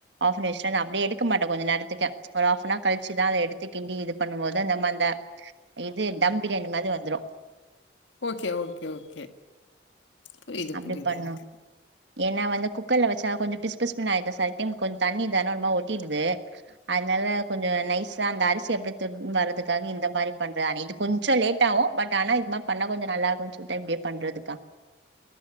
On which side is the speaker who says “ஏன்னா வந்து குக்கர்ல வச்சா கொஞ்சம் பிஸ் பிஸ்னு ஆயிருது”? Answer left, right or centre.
Right